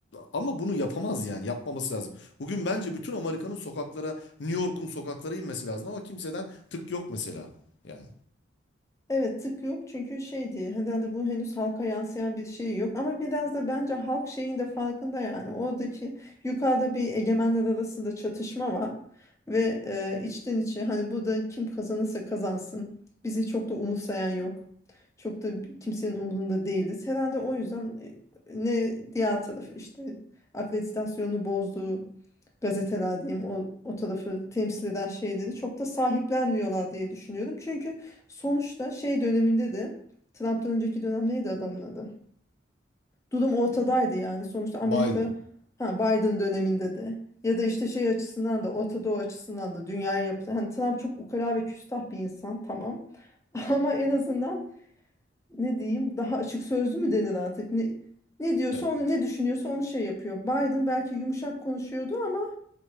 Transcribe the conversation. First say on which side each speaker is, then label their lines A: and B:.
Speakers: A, on the left; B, on the left.
A: Ama bunu yapamaz yani. Yapmaması lazım. Bugün bence bütün Amerika'nın sokaklara, New York'un sokaklara inmesi lazım ama kimseden tık yok mesela. Yani
B: Evet tık yok çünkü şey diye herhalde bu henüz halka yansıyan bir şey yok ama biraz da bence halk şeyin de farkında yani oradaki yukarıda bir egemenler arasında çatışma var ve e, içten içe hani burada kim kazanırsa kazansın bizi çok da umursayan yok çok da kimsenin umurunda değiliz herhalde o yüzden e, ne diğer tarafı işte akreditasyonunu bozduğu gazeteler diyeyim o, o tarafı temsil eden şeyleri çok da sahiplenmiyorlar diye düşünüyorum çünkü Sonuçta şey döneminde de Trump'tan önceki dönem neydi adamın adı? Durum ortadaydı yani. Sonuçta Amerika
A: Biden.
B: ha, Biden döneminde de ya da işte şey açısından da Orta Doğu açısından da dünyaya yapılan. Hani Trump çok ukala ve küstah bir insan tamam. <laughs> Ama en azından ne diyeyim daha açık sözlü mü denir artık? Ne, ne diyorsa
A: Evet.
B: onu ne düşünüyorsa onu şey yapıyor. Biden belki yumuşak konuşuyordu ama.